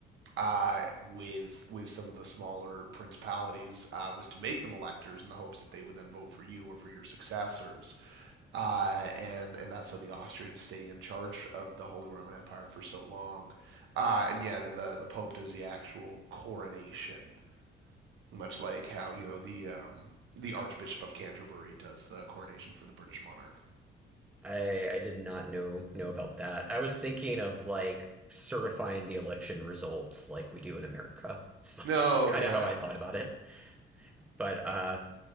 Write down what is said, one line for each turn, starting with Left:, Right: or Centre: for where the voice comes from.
Right: uh, with with some of the smaller principalities uh, was to make them electors in the hopes that they would then vote for you or for your successors uh, and and that's how the Austrians stay in charge of the Holy Roman Empire for so long. Uh, and yeah, then the the Pope does the actual coronation, much like how you know the um, the Archbishop of Canterbury does the coronation for the British monarch.
Centre: I I did not know know about that. I was thinking of like certifying the election results like we do in America. It's like
Right: No,
Centre: <laughs> kind
Right: yeah,
Centre: of how I thought about it. But uh